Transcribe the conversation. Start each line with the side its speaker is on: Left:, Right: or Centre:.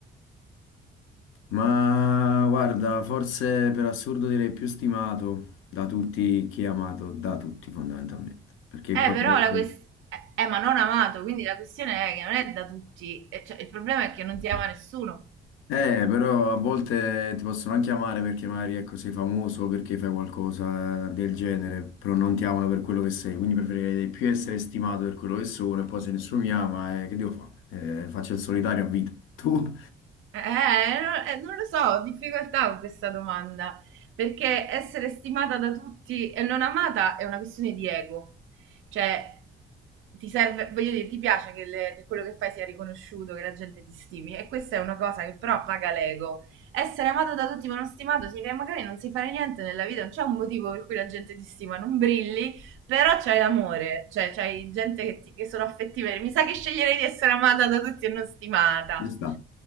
Left: ma guarda, forse per assurdo direi più stimato da tutti chi è amato, da tutti fondamentalmente. Perché
Right: Eh,
Left: potrei...
Right: però la questione... Eh, eh, ma non amato, quindi la questione è che non è da tutti. eh, cioè, il problema è che non ti ama nessuno.
Left: Eh, però a volte ti possono anche amare perché magari ecco, sei famoso, perché fai qualcosa del genere, però non ti amano per quello che sei, quindi preferirei più essere stimato per quello che sono e poi se nessuno mi ama, eh, che devo fare? Eh, faccio il solitario a vita. Tu?
Right: Eh, eh, eh, non, eh, non lo so, ho difficoltà con questa domanda. Perché essere stimata da tutti e non amata è una questione di ego. Cioè, ti serve, voglio dire, ti piace che, le- che quello che fai sia riconosciuto, che la gente ti stimi e questa è una cosa che però
Left: <laughs>
Right: paga l'ego. Essere amato da tutti ma non stimato significa che magari non sai fare niente nella vita, non c'è un motivo per cui la gente ti stima, non brilli, però c'hai l'amore, cioè c'hai gente che, ti- che sono affettive. Mi sa che sceglierei di essere amata da tutti e non stimata.
Left: Ci sta.